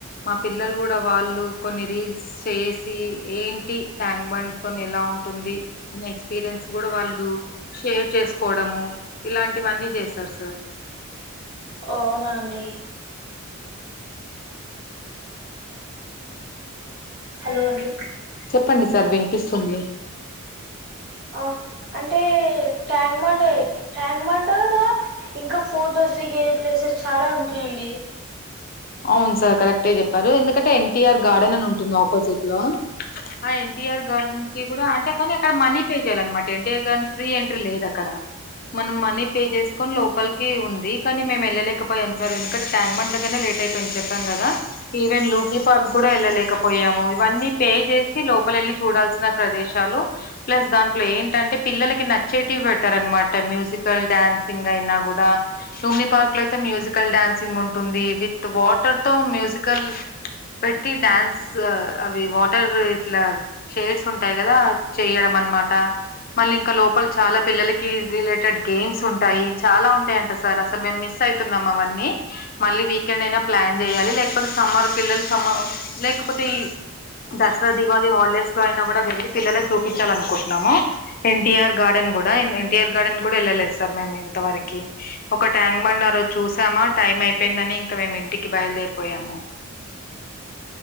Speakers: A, on the left; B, on the right.
A: మా పిల్లలు గూడా వాళ్ళు కొన్ని రీల్స్ చేసి ఏంటి ట్యాంక్ బండ్ తోని ఎలా ఉన్ టుమ్ది అని ఎక్స్పీరియన్స్ కూడ వాళ్ళు షేర్ చేసుకున్ కోడము ఇలాంటివన్నీ జేస్తార్ సార్
B: అవునాండి హలో అండి
A: చెప్పండి సార్ వినిపిస్తుంది
B: ఆ అంటే ట్యాంక్ బండి ట్యాంక్ బండ్ లో ఇంకా ఫొటోస్ దిగే ప్లేసెస్ చాలా ఉంటయండి
A: అవును సార్ కరెక్టే చెప్పారు ఎందుకటే ఎన్ టీఆర్ గార్డెన్ అని ఉంటుంది ఆపోజిట్ లో ఆ ఎన్టీఆర్ గార్డెన్ కి కూడా అంటే కాని అ క్కడ మనీ పే చేయాల అనమాట ఎన్టీఆర్ గార్ <inaudible> ఫ్రీ ఎంట్రీ లేదు అక్ క్కడా మనం మనీ పే చేసుకొన్ లోపలి కీ ఉంది. కానీ మేము ఎళ్ళలేకపోయాం సార్ ఎందుకంటె ట్యాంక్ బండ్ దగ్గర్నే లేట్ అయి పోయింది చెప్పాం గదా ఈవెన్ లూంబ్నీ పార్క్ గూడ వెళ్ళలేకపోయాము ఇవన్నీ పే చేసి లోపల ఎళ్ళి చూడాల్సిన ప్రదేశాలు. ప్లస్ దాంట్లో ఏంటంటే పిల్లలకి నచ్చేటివి పెట్టారనమాట మ్యూజికల్, డ్యాన్సింగ్ అయినా గూడా. లుంబినీ పార్క్ లో అయితే మ్యూజికల్ డాన్సింగ్ ఉంటుంది విత్ వాటర్ తో మ్యూజ్ మ్యూజికల్ పెట్టి డ్యాన్స్ ఆ అవి వాటర్ ఇట్లా. షేడ్స్ ఉంటాయి గదా అవ్ చెయ్యడం అనమాట. మళ్ళీ ఇంకా లోపల చాలా పిల్లలకి రిలేటెడ్ గేమ్స్ ఉంటాయి చాలా ఉంటాయింట సార్ అసలు మేము మిస్ అయి తున్నం అవన్నీ మళ్ళీ వీక్ కైనైనా ప్లాన్ చెయ్యాలి లేకపోతే సమ్మర్ పిల్లలు సమ్మర్ లేకపోతే ఈ దసరా దివాళి హాలిడేస్ లో అయినా కూడా వెళ్ళి పిల్లలక్ చూపిచ్చాలి అనుకుటున్నాము. ఎన్టీఆర్ గార్డెన్ గూడా ఎన్టీఆర్ గార్డెన్ కూడా ఎళ్ళలేదు స సర్ మేమ్ ఇంత వరకీ ఒక ట్యాంక్ బండ్ ఆ రోజు చూసామా టైం అయిపోయిందని. ఇంక మేము ఇంటికి బయలుదేరిపోయాము